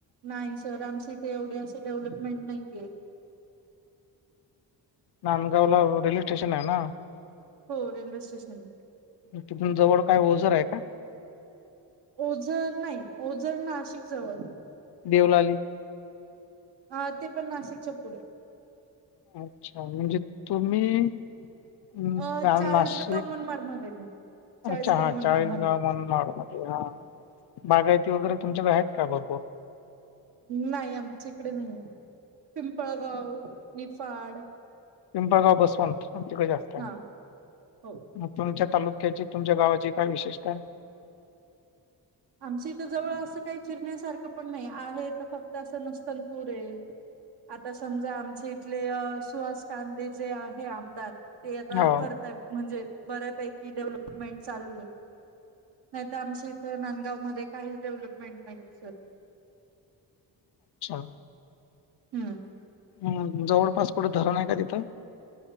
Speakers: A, on the right; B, on the left.
A: नाही सर आमचं इथे एवढे असं डेव्हलपमेंट नाही काही.
B: नांदगाव ला रेल्वे स्टेशन आहे ना?
A: हो रेल्वे स्टेशन आहे.
B: तिथून जवळ काय ओझर आहे का?
A: ओझर नाही ओझर नाशिक जवळ.
B: देवलाली.
A: हा ते पण नाशिकच्या पुढे.
B: अच्छा म्हणजे तुम्ही. हम्
A: अ चाळीसगाव
B: नाशिक.
A: मनमाड मध्ये चाळीसगाव
B: अच्छा हा
A: मनमाड
B: चाळीस
A: मध्ये
B: गाव म्हण मड म हा बागायती वगैरे. तुमच्याकडे आहेत का भरपुर?
A: नाही आमच्या इकडे नाही पिंपळगाव निफाड.
B: पिंपळगाव बसवंत तिकडे जास्त आहे.
A: हा हो
B: मग तुमच्या तालुक्याची तुमच्या गावाची काय विशेषता आहे?
A: आमच इथं जवळ असं काही फिरण्यासारखं पण नाही आहे तर फक्त असं नस्तनपूर आहे. आता समजा आमचे इथले सुहास कांदे जे आहे आमदार ते आता
B: हो
A: कर म्हणजे बऱ्यापैकी डेव्हलपमेंट चालू आहे नाहीत आमच्या इथ ना गाव मध्ये काहीच डेव्हलपमेंट नाहीेये सर.
B: अच्छा.
A: हम्म.
B: हम्म जवळपास कुठं धरण आहे का तिथं?